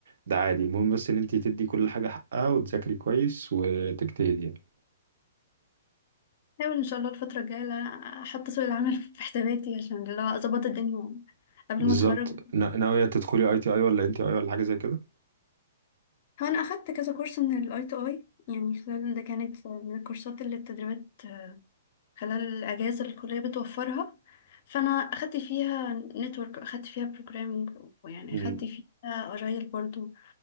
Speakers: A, on the right; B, on the left.
A: ده عادي المهم بس ان انت تدي كل حاجة حقها وتذاكري كويس وتجتهدي يعني
B: احاول ان شاء الله الفتره الجايه إن أنا احط سوق العمل <laughs> في حساباتي عشان اللي هو اظبط الدنيا قبل
A: بالظبط
B: ما اتخرج
A: نا- ناوية تدخلي اي تي اي ولا ان تي اي ولا حاجة زي كده
B: هو انا اخدت كذا كورس من الاي تو اي يعني خلال ده كانت من الكورسات اللي التدريبات خلال الاجازه اللي الكليه بتوفرها فانا اخدت فيها نتورك اخدت فيها بروجرامينج ويعني
A: امم
B: اخدت فيها اجايل برضو